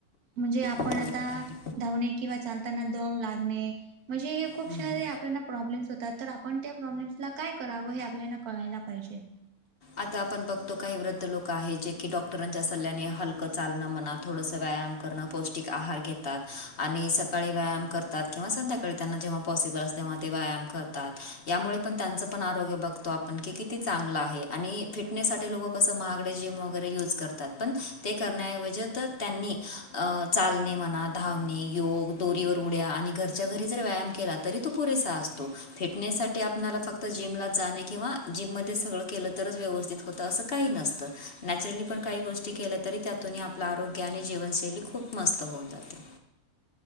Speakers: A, on the right; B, on the left.
A: म्हणजे आपण
B: बरोबर
A: आता
B: आहे
A: धावणे किंवा चालताना दम लागणे म्हणजे हे खूप
B: हम्म.
A: सारे आपल्याना प्रॉब्लेम्स होतात तर आपण त्या प्रॉब्लेम्सला काय करावं हे आपल्याला कळायला पाहिजे.
B: आता आपण बघतो काही वृद्ध लोक आहे, जे की डॉक्टरांच्या सल्ल्याने हलकं चालणं, म्हणा थोडंसं व्यायाम करणं पौष्टिक आहार घेतात आणि सकाळी व्यायाम करतात किंवा संध्याकाळी त्यांना जेव्हा पॉसिबल अस तेव्हा ते व्यायाम करतात यामुळे पण त्यांचं पण आरोग्य बघतो आपण की किती चांगलं आहे. आणि फिटनेससाठी लोकं कसं महागडे जिम वगैरे यूज करतात पण ते करण्याऐवजी तर त्यांनी अ चालणे मना, धावणे, योग, दोरीवर उड्या आणि घरच्या घरी जर व्यायाम केलात तरी तो पुरेसा असतो. फिटनेस साठी आपनाला फक्त जिमला जाणे किंवा जिममध्ये सगळं केलं तर व्यवस्थित होत अस काही नसतं नॅचरली पण काही गोष्टी केल्या तरी त्यातून आ पलं आरोग्य आणि जीवनशैली खूप मस्त होऊन जाते.